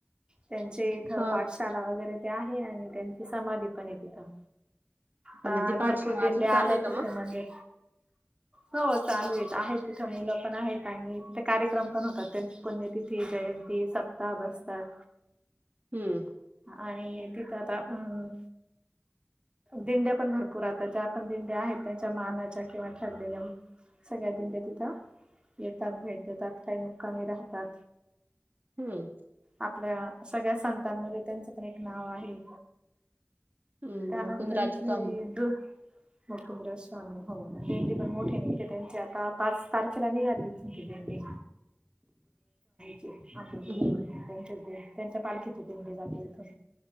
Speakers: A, on the right; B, on the right.
A: त्यांचे इथ
B: हा
A: पाठशाला वगैरे ते आहे आणि त्यांची समाधी पण आहे तिथं.
B: म्हणजे
A: ताय
B: ती
A: भरपूर
B: पाठशाळा
A: दिंडे
B: अजून
A: आल्याय
B: चालू आहे का
A: तिथे
B: मग?
A: मंदिर. हो चालू आहे आहेत तिथे मुलं पण आहेत आणि तिथे कार्यक्रम पण होतात त्यांची पुण्य तिथी जयंती सप्ता बस्तर
B: हम्म.
A: आणि तिथं आता उम्म दिंड्या पण भरपूर आता ज्या पण दिंड्या आहेत त्यांच्या मानाच्या किंवा ठरलेल्या सगळ्या दिंडे्या तिथं येतात, भेट देतात काही मुक्कामी राहतात.
B: हम्म.
A: आपल्या, सगळ्या संतांमध्ये त्यांचं पण एक नाव आहे.
B: हम्म
A: त्यानंतर
B: मुकुंदराज
A: इथले
B: स्वामी
A: दु मकुंद्र स्वामी हो देंडी पण मोठी अन इथे त्यांची आता पाच तारखेला निघाली <unintelligible> अंबाबा
B: हम्म
A: त्यांच्या दि त्यांच्या पालखीचे दिंडी जाते, इथून